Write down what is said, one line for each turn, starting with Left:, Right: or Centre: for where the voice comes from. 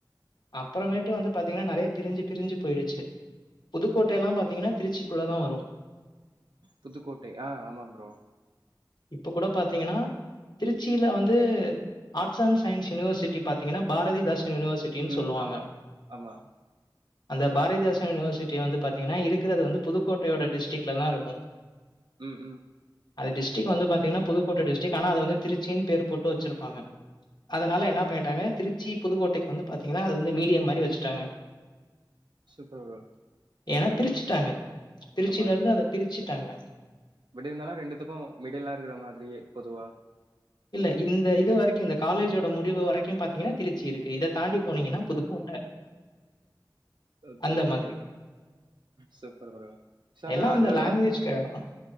Left: அப்புறமேட்டு வந்து பாத்தீங்கன்னா நறைய பிரஞ்சு பிரிஞ்சி போயிடுச்சு புதுக்கோட்டைல்லா பாத்தீங்கன்னா திருச்சிக்குள்ள தா வரு
Right: புதுக்கோட்டை ஆ ஆமா ப்ரோ
Left: இப்ப கூட பாத்தீங்கன்னா திருச்சியில வந்து ஆர்ட்ஸ் அண்ட் சயின்ஸ் யுனிவர்சிட்டி பாத்தீங்கன்னா பாரதிதாசன் யுனிவர்சி ட்டின்
Right: ம்
Left: சொல்லுவாங்க
Right: ஆமா ஆமா
Left: அந்த பாரதிதாசன் யூனிவர்சிட்டி வந்து பாத்தீங்கன்னா இருக்குறது வந்து புதுக்கோட்டையோட டிஸ்டிக்ல தா இருக்கு
Right: ம் ம்
Left: அது டிஸ்டிக் வந்து பாத்தீங்கன்னா புதுக்கோட்டை டிஸ்டிக் ஆனா அது வந்து திருச்சின்னு பேரு போட்டு வெச்சிருப்பாங்க அதனால என்ன பண்ணிட்டாங்க திருச்சி புதுக்கோட்டைக்கு வந்து பாத்தீங்கன்னா அது வந்து மீடியம் மாரி வெச்சுட்டாங்க
Right: சூப்பர் ப்ரோ
Left: ஏன்னா பிரிச்சுட்டாங்க திருச்சில
Right: ஆமா
Left: இருந்து அத பிரிச்சுட்டாங்க
Right: பட் இருந்தாலு ரெண்டுத்துக்கு மிடிலா இருக்குற மாதிரியே பொதுவா
Left: இல்ல இந்த இது வரைக்கு இந்த காலேஜோட முடிவு வரைக்கு பாத்தீங்கன்னா திருச்சி இருக்கு இத தாண்டி போனீங்கன்னா புதுக்கோ
Right: ஓகே
Left: அந்த
Right: ஓகே
Left: மாதிரி
Right: ப்ரோ சூப்பர் ப்ரோ சோ அனா
Left: எல்லாம்
Right: அதோட
Left: அந்த லாங்குவேஜ்க்காக தான்.